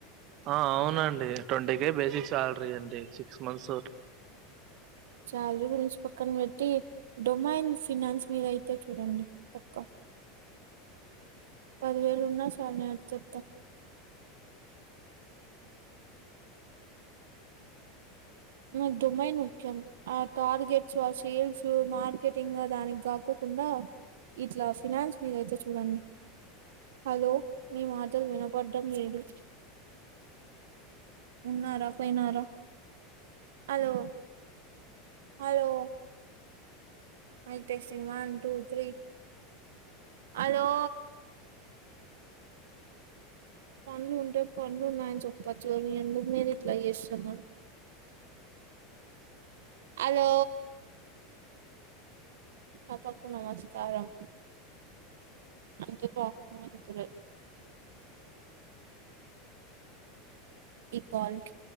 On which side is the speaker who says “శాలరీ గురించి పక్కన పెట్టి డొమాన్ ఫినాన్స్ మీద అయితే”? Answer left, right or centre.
Right